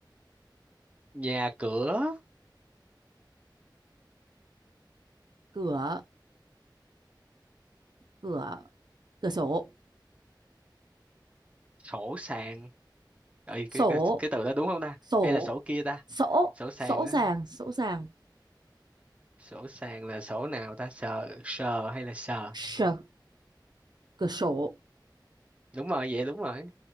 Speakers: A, on the right; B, on the right.
A: nhà cửa
B: cửa cửa cửa sổ
A: sổ sàn Ê,
B: sổ
A: cái, cái cái từ đó đúng không ta
B: sổ
A: hay là sổ kia ta
B: sổ
A: sổ sàn
B: sổ
A: đó
B: sàng sổ sàng
A: sổ sàn là sổ nào ta sờ sờ hay là sờ
B: sờ cửa sổ
A: đúng rồi vậy đúng rồi